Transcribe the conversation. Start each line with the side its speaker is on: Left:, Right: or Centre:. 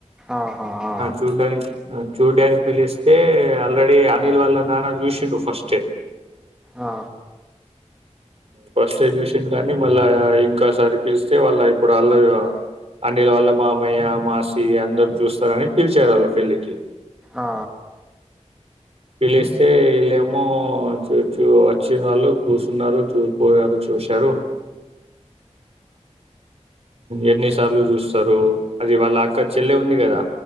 Centre: ఆహా ఆ
Right: చూడ్డానికి చూడ్డానికి పిలిస్తే ఆల్రెడీ అనిల్ వాళ్ళ నాన్న చూసిండు ఫస్ట్
Centre: ఆ
Right: ఫస్ట్ చూసింది కానీ మళ్ళా ఇంకాసారి పిలిస్తే వాళ్ళ ఇప్పుడు అల్లా అనిల్ వాళ్ళ మామయ్య మా శ్రీ అందరు చూస్తారని పిలిచారు వాళ్ళ పెళ్ళికి
Centre: ఆ ఆ
Right: పిలిస్తే వీళ్ళమో చ చూ వచ్చిన వాళ్ళు కూర్చున్నారు చూ పోయారు చూశారు ఎన్ని సార్లు చూస్తారు అది వాళ్ళ అక్క చెల్లె ఉంది కదా